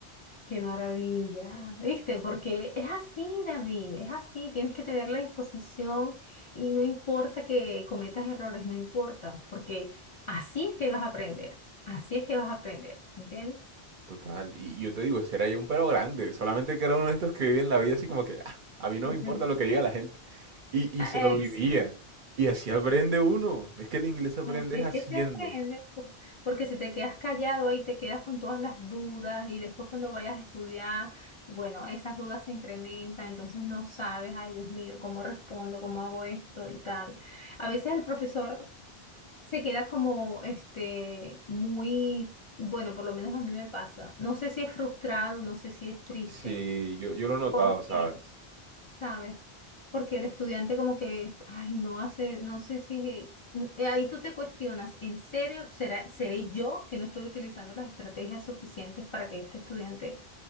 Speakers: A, on the left (about 40°); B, on the right (about 55°).
A: qué maravilla. ¿Viste? Porque es así, David, es así. Tienes que tener la disposición y no importa que cometas errores, no importa, porque así es que vas a aprender. Así es que vas a aprender, ¿entiendes?
B: Total, y yo te digo, ese era ya un pero grande, solamente que era uno de estos que viven la vida así como que, "Ah, a mí no
A: <laughs>
B: me importa lo que diga la gente. Y, y
A: Exacto.
B: se lo vivía. Y así aprende uno. Es que el inglés aprendes
A: Así es
B: haciendo.
A: que se aprende, por- porque si te quedas callado ahí te quedas con todas las dudas y después cuando vayas a estudiar, bueno, esas dudas se incrementan, entonces no sabes, ay Dios mío, cómo respondo, cómo hago esto y tal. A veces el profesor se queda como, este, muy, bueno, por lo menos a mí me pasa. No sé si es frustrado, no sé si es triste.
B: Sí, yo, yo lo he notado,
A: porque
B: ¿sabes?
A: ¿sabes? Porque el estudiante como que, ay, no hace, no sé si, es- eh, ahí tú te cuestionas, ¿en serio será, seré yo que no estoy utilizando las estrategias suficientes para que este estudiante